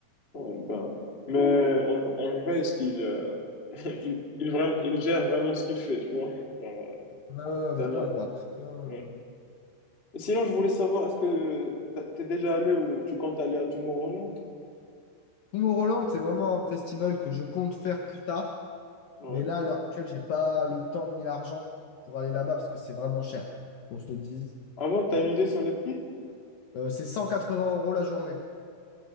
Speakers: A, on the left (about 20°); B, on the left (about 65°).
A: Ouais, ben. Mais en, en vrai, est-ce qu'il euh, <laughs> il, il, vraiment, il gère vraiment ce qu'il fait, tu vois? Genre, euh,
B: Ouais, ouais, honnêtement,
A: t'en as-
B: il parle très bien.
A: ouais. Et sinon, je voulais savoir, est-ce que t'as- t'es déjà allé ou tu comptes aller à Tomorrowland?
B: Tomorrowland, c'est vraiment un festival que je compte faire plus tard.
A: Ouais.
B: Mais là, à l'heure actuelle, j'ai pas le temps ni l'argent pour aller là-bas parce que c'est vraiment cher. Qu'on se le dise.
A: Avant, t'as
B: Euh,
A: une idée sur les prix?
B: euh, c'est 180 euros la journée.